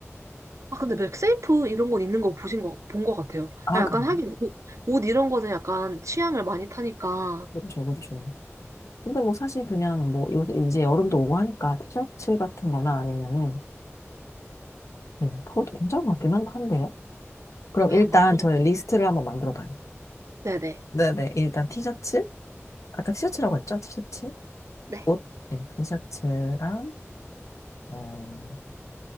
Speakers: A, on the right (about 80°); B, on the left (about 90°).
A: 아 근데 맥세이프 이런 건 있는 거 보신 거, 본 거 같아요.
B: 아,
A: 아, 약간
B: 그럼.
A: 하긴 옷, 옷 이런 거는 약간 취향을 많이 타니까.
B: 그렇죠, 그렇죠. 근데 뭐 사실 그냥 뭐 요새 이제 여름도 오고 하니까 티셔츠 같은 거나 아니면은 그 그것도 괜찮은 것 같긴 한- 한데. 그럼 일단
A: 아, 그럼,
B: 저희 리스트를 한번 만들어 봐요.
A: 네네.
B: 네네. 일단 티셔츠. 아까 티셔츠라고 했죠? 티셔츠.
A: 네.
B: 옷. 네, 티셔츠랑, 음,